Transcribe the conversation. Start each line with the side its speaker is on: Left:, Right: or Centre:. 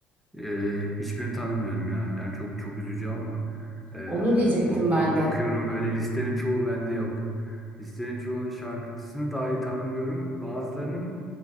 Centre: Ee, hiçbirini tanımıyorum ya. Yani çok çok üzücü ama ee,
Right: onu diyecektim
Centre: bak,
Right: ben
Centre: ba-
Right: de.
Centre: bakıyorum böyle listenin çoğu bende yok. Listenin çoğunun şarkıcısını dahi tanımıyorum. Bazılarının